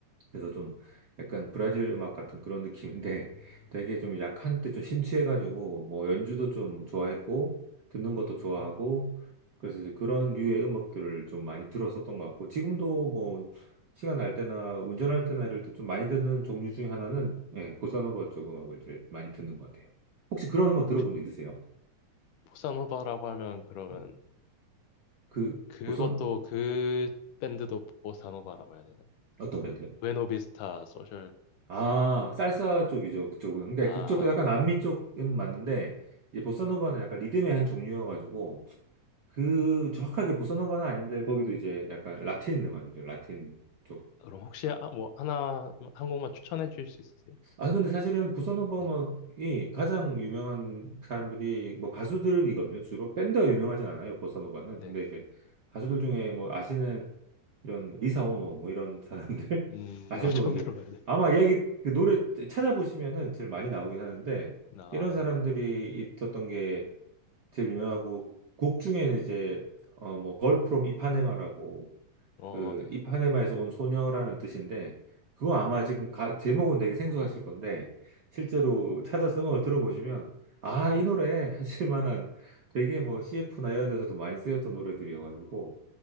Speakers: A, on the right (about 60°); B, on the left (about 80°).
A: 그래서 좀 약간 브라질 음악 같은 그런 느낌인데
B: 음,
A: <laughs> 되게 좀 약한 때 좀 심취해가지고 뭐 연주도 좀 좋아했고 듣는 것도
B: 음.
A: 좋아하고 그래서 이제 그런 류의 음악들을 좀 많이 들었었던 것 같고 지금도 뭐 시간 날 때나 운전할 때나 이럴 때 좀 많이 듣는 종류 중에 하나는 예, 보사노바 쪽 음악을 제일 많이 듣는 것 같아요. 혹시 그런 음악
B: 혹시,
A: 들어본 적 있으세요?
B: 보사노바라고 하면, 그러면,
A: 음, 그
B: 그것도,
A: 보선
B: 그 밴드도 보사노바라고 해야 되나요?
A: 어떤
B: 그
A: 밴드요?
B: 부에노비스타 소셜 클럽.
A: 아, 살사 쪽이죠, 그쪽은. 그러니까
B: 아,
A: 그쪽도 약간
B: 네.
A: 남미 쪽은 맞는데, 이제 보사노바는 약간 리듬의 한 종류여가지고, 그 정확하게 보사노바는 아닌데, 거기도 이제 약간 라틴 음악이죠, 라틴 쪽.
B: 그럼 혹시 아, 뭐 하나 한 곡만 추천해 주실 수 있으세요?
A: 아, 근데 사실은 보사노바
B: 네.
A: 음악이 가장 유명한 사람들이 뭐 가수들이거든요, 주로. 밴드가 유명하진 않아요, 보사노바는.
B: 네.
A: 근데 이제 가수들 중에 뭐 아시는 이런 리사 오노 뭐 이런 사람들
B: 음,
A: <laughs> 아실지
B: 아, 처음
A: 모르겠는데
B: 들어봐야 돼.
A: 아마 이야기 그 노래 찾아보시면은 제일 많이 나오긴 하는데
B: 아,
A: 이런 사람들이
B: 네.
A: 있었던 게 제일 유명하고 곡 중에는 이제 어뭐 걸 프롬 이파네마라고
B: 어,
A: 그
B: 네.
A: 이파네마에서 온 소녀라는 뜻인데 그거 아마 지금 가- 제목은 되게 생소하실 건데 실제로 찾아서 음악을 들어보시면 아 이 노래 <laughs> 하실 만한 되게 뭐 CF나 이런 데서도 많이 쓰였던 노래들이어가지고
B: 어,